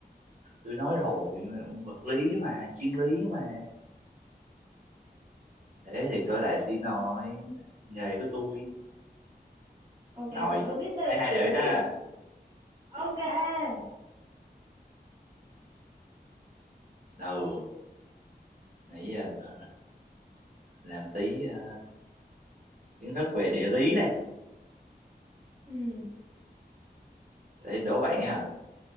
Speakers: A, on the right; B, on the right.
A: tôi nói rồi vật lý mà chuyên lý mà thế thì tôi lại xin nói nghề của tôi
B: ok
A: rồi
B: bạn đố tiếp đi
A: hai hai đều
B: Ừ,
A: nha
B: ok
A: đầu nãy giờ ờ, làm tí ờ, kiến thức về địa lý này
B: ừ
A: để đố bạn nha